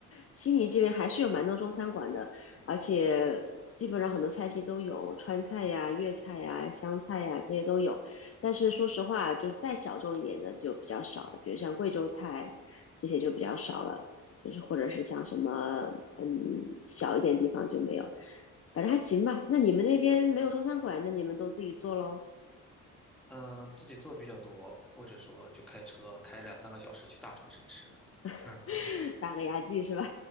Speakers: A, on the left; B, in the centre.
A: 悉尼这边还是有蛮多中餐馆的，而且基本上很多菜系都有，川菜呀、粤菜呀、湘菜呀这些都有。但是说实话，就是再小众一点的就比较少了，比如像贵州菜这些就比较少了，就是或者是像什么很小一点地方就没有。反正还行吧。那你们那边没有中餐馆，那你们都自己做喽，
B: 嗯、呃自己做比较多，或者说就开车开两三个小时去大城市吃。
A: <laughs>
B: <laughs>
A: 打个牙祭是吧？